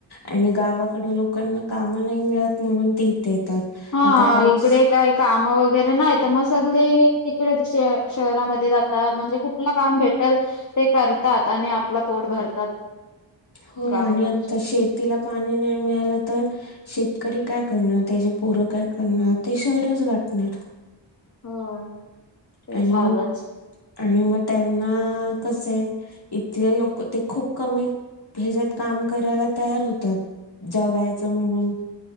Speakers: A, on the left (about 55°); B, on the left (about 40°).
A: आणि गावाकड लोकांना कामं नाही मिळत म्हणून ते इथे येतात.
B: हा
A: आता पाऊस
B: इकडे काय काम वगैरे नाही तर मग सगळे तिकडे दुसऱ्या शहरामध्ये जातात म्हणजे कुठ ल काम भेटल, ते करतात आणि आपला पोट भरतात.
A: हो
B: गावाकडचे
A: आणि आता शेतीला पाणी नाही मिळालं तर शेतकरी काय करणार त्याजी पोरं काय करणार ते शहरच गाठणार.
B: हो. ते
A: आणि
B: झालंच
A: मग आणि मग त्यांना कस आहे, इथले लोक ते खूप कमी ह्याच्यात काम करायला तयार होतात, जगायचं म्हणून.